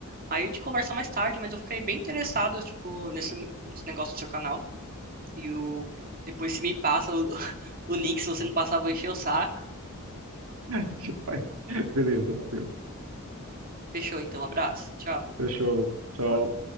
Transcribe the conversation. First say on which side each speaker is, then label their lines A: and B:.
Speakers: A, on the right; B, on the right.
A: Aí a gente conversa mais tarde, mas eu fiquei bem interessado, tipo, nesse, nesse negócio do seu canal. E o, depois se me passa o, <laughs> o link, se você não passar, eu vou encher o saco.
B: <laughs> Beleza, Matheus.
A: Fechou, então, abraço. Tchau.
B: Fechou. Tchau.